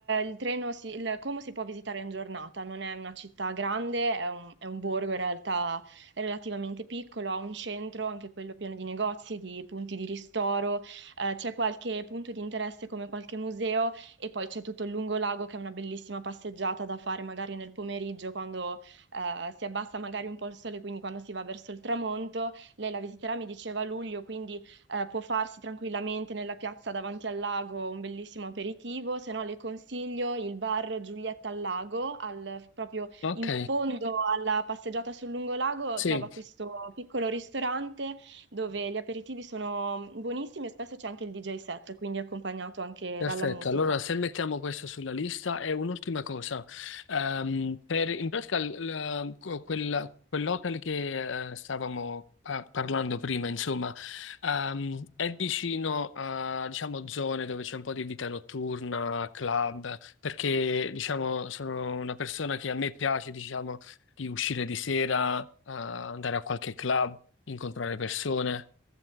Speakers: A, on the right; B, on the left.
A: il treno, si, il Como si può visitare in giornata, non è una città grande, è un, è un borgo in realtà relativamente piccolo, ha un centro, anche quello pieno di negozi, di punti di ristoro, eh, c'è qualche punto di interesse come qualche museo e poi c'è tutto il lungolago che è una bellissima passeggiata da fare magari nel pomeriggio quando eh, si abbassa magari un po' il sole, quindi quando si va verso il tramonto. Lei la visiterà, mi diceva a luglio, quindi Eh, può farsi tranquillamente nella piazza davanti al lago un bellissimo aperitivo, se no le consiglio il bar Giulietta al Lago, al- proprio
B: Ok,
A: in fondo alla passeggiata sul lungolago
B: sì.
A: trova questo piccolo ristorante dove gli aperitivi sono buonissimi e spesso c'è anche il DJ set, quindi accompagnato anche
B: Perfetto,
A: dalla musica.
B: allora se mettiamo questo sulla lista e un'ultima cosa, Ehm, per, in pratica l- la- co- quella- quell'hotel che eh, stavamo pa- parlando prima, insomma, ehm, è vicino a diciamo, zone dove c'è un po' di vita notturna, club, perché diciamo, sono una persona che a me piace diciamo, di uscire di sera, eh, andare a qualche club, incontrare persone.